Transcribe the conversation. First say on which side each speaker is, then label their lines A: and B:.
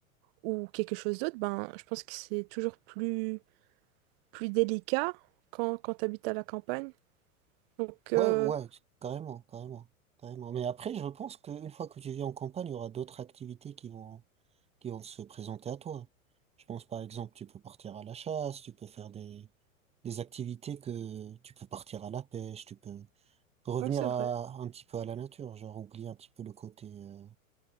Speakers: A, on the right; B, on the right.
A: ou quelque chose d'autre, ben, je pense que c'est toujours plus plus délicat quand, quand tu habites à la campagne. Donc, euh,
B: Ouais, ouais, carrément, carrément, carrément. Mais après, je pense qu'une fois que tu vis en campagne, il y aura d'autres activités qui vont, qui vont se présenter à toi. Je pense, par exemple, tu peux partir à la chasse, tu peux faire des, des activités que tu peux partir à la pêche, tu peux revenir
A: ouais, c'est
B: à,
A: vrai.
B: un petit peu à la nature, genre oublier un petit peu le côté, euh,